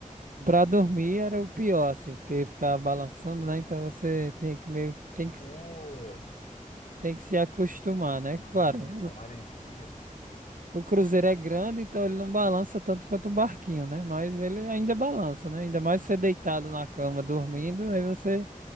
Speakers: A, on the right (about 75°); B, on the left (about 65°).
A: pra dormir era o pior, assim, porque ficava balançando, né? Então você tem que meio, tem que,
B: Putz.
A: tem que se acostumar, né?
B: A,
A: Claro.
B: mare... a maresia, velho.
A: O cruzeiro é grande, então ele não balança tanto quanto o barquinho, né? Mas ele
B: Hum.
A: ainda balança, né? Ainda mais você deitado na cama dormindo, aí você